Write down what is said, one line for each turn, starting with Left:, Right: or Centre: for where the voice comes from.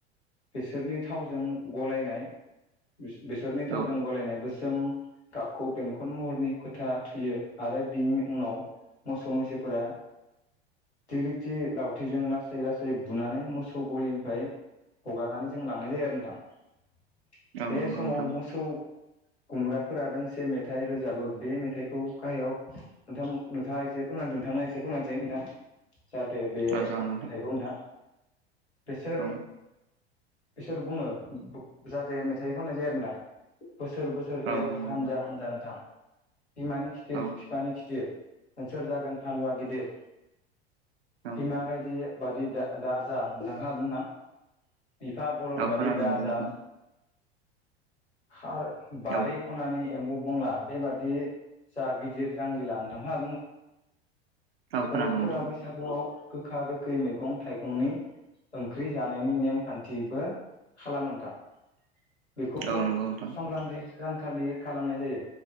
Left: बिसोरनि थावजों गलायनाय बिसोरनि थावजों
Right: औ
Left: गलायनाया गोस सोम गाबखौ बेंखन महरनि फोथा थुयो आरो बिनि उनाव मोसौ मैसोफोरा दिगलिथि लावथिजों लासै लासै बुनानै मोसौ गलिनिफ्राय हगारनानै जों लांनाय जायो आरो नोंथां
Right: औ
Left: बे
Right: नंगौ
Left: समाव
Right: नोंथां
Left: मोसौ गुमग्राफोरा दोंसे मेथाइ रोजाबो बे मेथाइखौ गाहायाव नोंथां नोंथाङा एसे फोरमानो नोंथां आ एसे फोरमानो नोंथां जाहाथे बे मेथाइखौ
Right: औ जागोन
Left: नोंथां बेसोर
Right: औ
Left: बिसोर बुङो जाहाथे मेथाइ खननाय जायो आरोना बोसोर बोसोर
Right: औ
Left: एर
Right: नंगौ नोंथां
Left: हानजा हानजा नोंथां बिमानि खिथिर
Right: औ
Left: बिफानि खिथिर नोंसोर जागोन हालुवा गिदिर
Right: औ
Left: बिमा गायदे बादि दा दाजा नोंथां बिफा बलद
Right: औ
Left: बायदि
Right: खोनादों
Left: दा
Right: नोंथां
Left: जा आरो बारि
Right: औ
Left: खनानि एम्बु बंला बेबादि जा गिदिर जांगिला नोंथां
Right: औ खोनादों
Left: बर'फोरा
Right: नोंथां
Left: बैसागुआव गोखा गोखै मैगं थाइगंनि ओंख्रि जानायनि नेमखान्थिबो खालामो नोंथां बेखौ
Right: औ
Left: संक्रान्ति
Right: नंगौ नोंथां
Left: सानखालि खालामनाय जायो